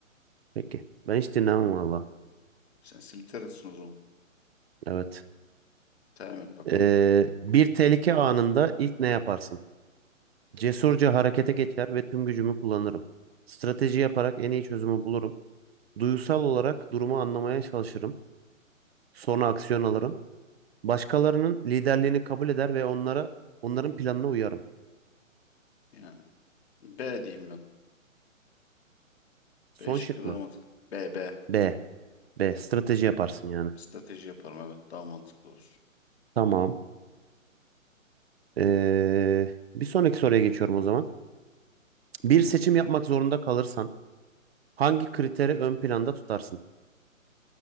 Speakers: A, on the right (about 50°); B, on the left (about 50°).
A: Peki. Ben hiç dinlemem valla.
B: Sen silterinsin o zaman.
A: Evet.
B: Devam et bakalım.
A: Ee, bir tehlike anında ilk ne yaparsın? Cesurca harekete geçer ve tüm gücümü kullanırım. Strateji yaparak en iyi çözümü bulurum. Duygusal olarak durumu anlamaya çalışırım. Sonra aksiyon alırım. Başkalarının liderliğini kabul eder ve onlara onların planına uyarım.
B: Yani B diyeyim ben.
A: Son
B: B şıkkı
A: şık
B: daha
A: mı?
B: mantıklı. B, B.
A: B. B. Strateji yaparsın yani.
B: Strateji yaparım evet daha mantıklı olur.
A: Tamam. Ee, bir sonraki soruya geçiyorum o zaman. Bir
B: Tamam.
A: seçim yapmak zorunda kalırsan hangi kriteri ön planda tutarsın?